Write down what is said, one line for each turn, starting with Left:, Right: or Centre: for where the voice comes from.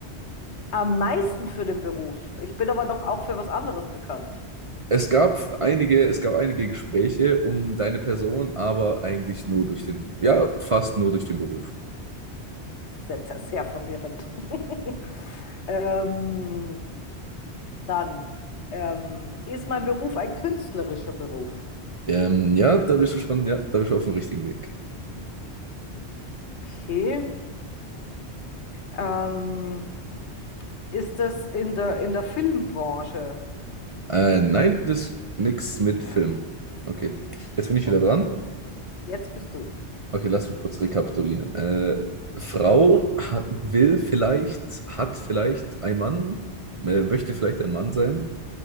Left: Am meisten für den Beruf. Ich bin aber noch auch für was anderes bekannt.
Right: Es gab einige, es gab einige Gespräche um deine Person, aber eigentlich nur durch den, ja, fast nur durch den Beruf.
Left: Sehr, sehr, sehr verwirrend. <laughs> ähm, Dann ähm, ist mein Beruf ein künstlerischer Beruf.
Right: Ähm, ja, da bist du schon, ja, da bist du auf dem richtigen Weg.
Left: Okay. Ähm, ist das in der, in der Filmbranche?
Right: Äh, nein, das ist nix
Left: Nein.
Right: mit Film. Okay, jetzt bin ich wieder
Left: Okay.
Right: dran.
Left: Jetzt bist du.
Right: Okay, lass mich kurz rekapitulieren. Äh, Frau hat, will vielleicht, hat vielleicht ein Mann, äh, möchte vielleicht ein Mann sein.